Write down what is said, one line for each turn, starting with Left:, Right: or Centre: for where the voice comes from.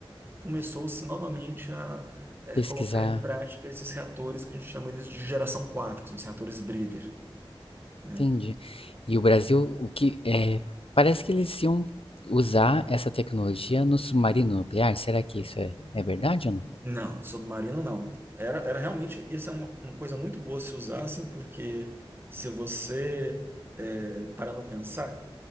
Right: começou-se novamente a eh,
Left: Pesquisar.
Right: colocar em prática esses reatores que a gente chama eles de geração 4, que são os reatores Breeder. né?
Left: Entendi. E o Brasil, o que é, parece que eles iam usar essa tecnologia no submarino nuclear. Será que isso é, é verdade ou não?
Right: Não, submarino não. Era, era realmente, isso é uma, uma coisa muito boa se usassem, porque se você é, parar para pensar,